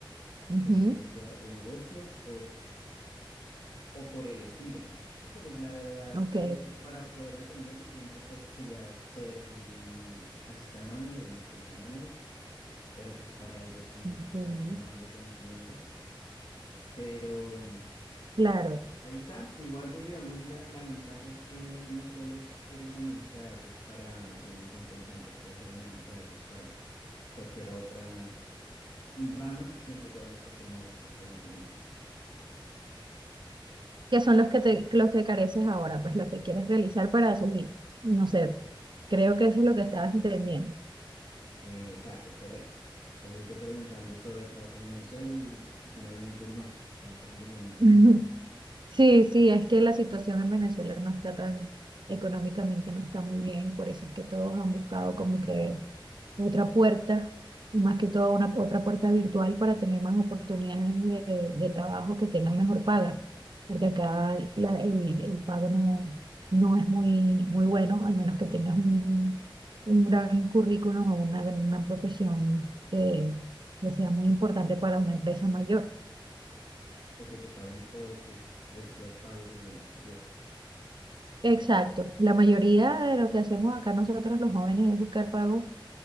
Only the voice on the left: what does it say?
inteligencia de negocios o por el estilo. Porque pues la verdad,
eh, para poder ascender, el siguiente puesto sería ser un assistant manager, un operation manager, pero pues para ello sí necesitas
un poco más de conocimiento. Pero mm,
ahí está. Igual pues digamos, la, la ventaja es que no solo s- eres analista de datos para, digamos, un call center, puedes ser analista de datos para cualquier otra rama, siempre y cuando pues tengas estos conocimientos.
Eh, exacto, correcto. Entonces yo preguntando sobre trabajo en Venezuela y, finalmente no, como que siguen lo mismo.
<laughs>
O que te paguen o que recibas pagos desde el exterior.